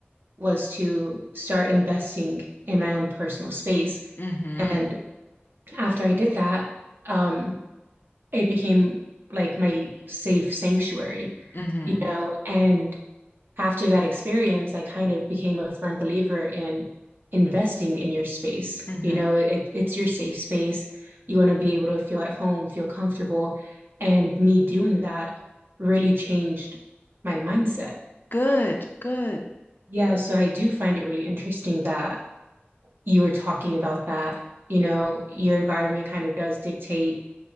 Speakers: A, on the right; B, on the left.
A: was to start investing in my own personal space.
B: mhm,
A: And after I did that, um, it became like my safe sanctuary,
B: mhm,
A: you know, and after that experience, I kind of became a firm believer in investing in your space.
B: mhm.
A: You know, it, it's your safe space. You want to be able to feel at home, feel comfortable. And me doing that really changed my mindset.
B: Good, good.
A: Yeah, so I do find it really interesting that you were talking about that. You know, your environment kind of does dictate